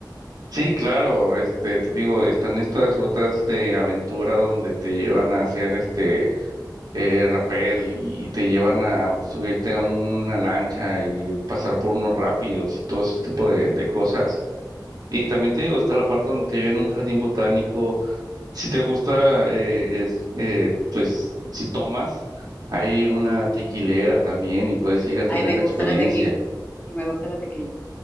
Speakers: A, on the right (about 60°); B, on the left (about 25°).
A: Sí, claro, este, te digo, están estas rutas de aventura donde te llevan a hacer este eh, rapel y te llevan a subirte a una lancha y pasar por unos rápidos y todo ese tipo de, de cosas. Y también te digo, está la parte donde te llevan a un jardín botánico. Si te gusta, eh, es, eh, pues si tomas, hay una tequilera también y puedes ir a tener
B: Ay, me
A: la
B: gusta
A: experiencia.
B: la tequila. Sí, me gusta la tequila.